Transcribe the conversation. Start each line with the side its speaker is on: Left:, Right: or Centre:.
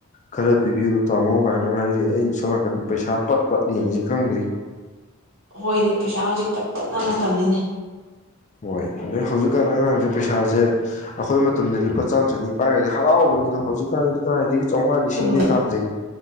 Left: ꯈꯔ ꯄꯤꯕꯤꯌꯨ ꯇꯥꯝꯃꯣ ꯀꯥꯏꯅ ꯍꯥꯏꯔꯛꯑꯦ ꯑꯩꯅ ꯁꯝ ꯅꯥꯀꯟꯗ ꯄꯩꯁꯥ ꯄꯠ ꯄꯠꯂꯤꯉꯁꯤ ꯈꯪꯗ꯭ꯔꯤ
Right: ꯍꯣꯏꯅꯦ ꯄꯩꯁꯥ ꯍꯧꯖꯤꯛ ꯄ ꯇꯠꯅ ꯃꯇꯝꯅꯤꯅꯦ
Left: ꯍꯣꯏ ꯑꯗꯩ ꯍꯧꯖꯤꯛꯀꯥꯟ ꯑꯉꯥꯡꯁꯦ ꯄꯩꯁꯥꯁꯦ ꯑꯩꯈꯣꯏ ꯃꯇꯝꯗ ꯂꯨꯄꯥ ꯆꯥꯝꯃ ꯆꯅꯤ ꯄꯥꯏꯔꯗꯤ ꯍꯔꯥꯎꯕꯅꯤꯗꯣ ꯍꯧꯖꯤꯛꯀꯥꯟꯗꯤ ꯀꯥꯏꯗꯒꯤ ꯆꯥꯝꯃꯉꯥ ꯂꯤꯁꯤꯡꯗꯤ
Right: ꯎꯝ
Left: ꯇꯥꯖꯩ